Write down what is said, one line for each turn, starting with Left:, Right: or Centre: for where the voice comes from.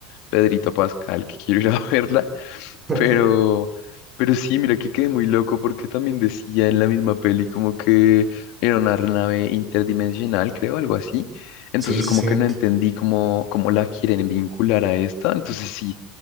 Left: Pedrito Pascal, que quiero ir a <laughs> verla,
Right: <laughs>
Left: pero, pero sí, mira que quedé muy loco porque también decía en la misma peli como que era una nave interdimensional, creo, algo así, entonces
Right: Sí, sí,
Left: como
Right: sí.
Left: que no entendí cómo, cómo la quieren vincular a esta, entonces sí.